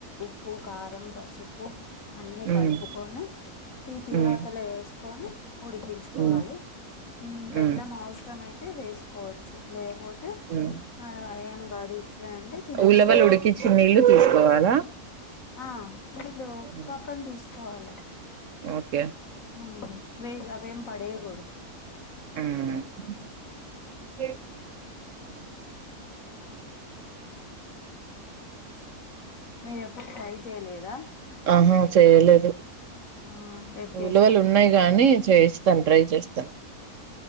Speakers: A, on the left; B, on the right.
A: ఉప్పు కారం పసుపు అన్ని
B: హ్మ్
A: కలుపుకొని ఈ తిరువాతలో
B: హ్మ్
A: ఏసుకొని ఉడికిం
B: హ్మ్
A: కోవాలి
B: హ్మ్
A: బెల్లం అవసరం అయితే వేసుకోవచ్చు లేకపోతే
B: హ్మ్
A: ఆ ఏం గాదు ఇట్ల అంటే తినొచ్చు
B: ఉలవలు
A: ఇట్లా
B: ఉడికిచ్చి నీళ్లు తీసుకోవాలా
A: ఆ నీళ్ళు
B: హ్మ్.
A: పక్కన తీసుకోవాల
B: ఓకే
A: ఉ వే అవేం పడేయకూడదు
B: ఉ
A: ఉ మీరే ఎప్పుడు ట్రై జేయలేదా
B: అహా చేయలేదు
A: ఆ రేపు చేస్తా
B: ఉలువలు ఉన్నాయి గానీ చేసి సన్ రైజ్ చేస్తాను